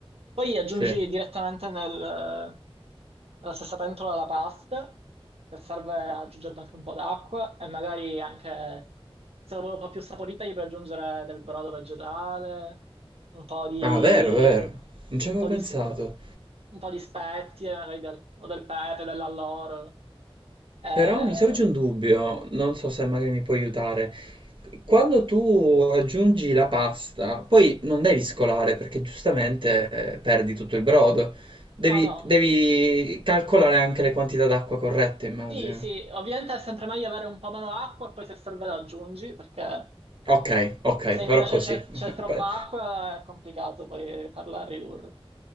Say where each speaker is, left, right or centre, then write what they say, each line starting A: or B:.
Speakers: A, on the right; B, on the right.
A: Poi aggiungi
B: Sì.
A: direttamente nel- nella stessa pentola la pasta, se serve aggiungendo anche un po' d'acqua e magari anche, se la vuoi un po' più saporita, gli puoi aggiungere del brodo vegetale, un po' di,
B: Ah, vero, vero. Non ci
A: un
B: avevo
A: po'
B: pensato.
A: di, s- un po' di spezie, magari del, o del pepe, dell'alloro. Eh,
B: Però mi sorge un dubbio, non so se magari mi puoi aiutare. Quando tu aggiungi la pasta, poi non devi scolare perché giustamente eh, perdi tutto il brodo. Devi,
A: no, no.
B: devi calcolare anche le quantità d'acqua corrette, immagino.
A: Sì, sì, ovviamente è sempre meglio avere un po' meno acqua e poi se serve la aggiungi perché...
B: Ok, ok,
A: Se invece
B: farò così.
A: c'è
B: <laughs>
A: c'è troppa
B: Pa-
A: acqua è complicato poi farla ridurre.